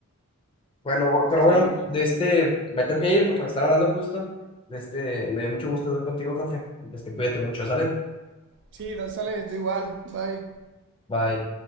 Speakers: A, on the left; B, on the right.
A: Bueno, pero
B: Sí,
A: bueno,
B: definitivamente.
A: de este, me tengo que ir porque me están hablando justo. De este, me dio mucho gusto hablar contigo, Jorge. De este, cuídate mucho, ¿sale?
B: Sí, da- sale, tú igual. Bye.
A: Bye.